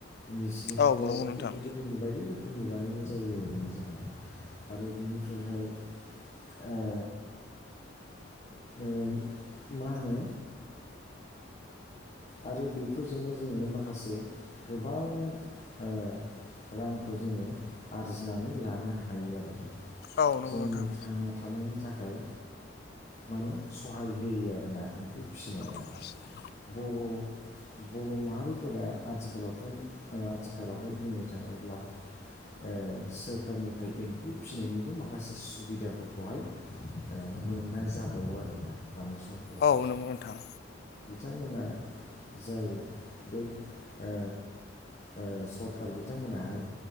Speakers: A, on the left (about 40°); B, on the left (about 55°).
A: इन्दिसिनि कट
B: औ नंगौ नोंथां
A: बेफोरफोरखौ जोंनि बायदि रोखोम फोरनि बानायनाय जायो आरोना जोंहा आरो बिनिफ्रायहाय ए ओ मा होनो आरो बेफोरजोंनो जोङो माखासे गोबां ओ रांखौ जोङो आरजिनानै लानो हायो आरो ना।
B: औ नंगौ
A: जोंनि
B: नोंथां
A: थांना थानायनि थाखाय माने सहाय होयो आरो ना एम्फौ फिसिनाया।
B: फिनाया
A: बर' बर' मा माहारिफोरा आथिखालावथ' आथिखालावहाय बुंनो थाङोब्ला ओ सोरखारनिफ्राय एम्फौ फिसिनायनिबो माखासे सुबिदाफोरखौहाय ओ मोननाय जाबावो आरोना दानि समफोरावहाय
B: औ नंगौ नोंथां
A: बिथां मोना जाय बे ओ ओ सरखार बिथांमोनाहाय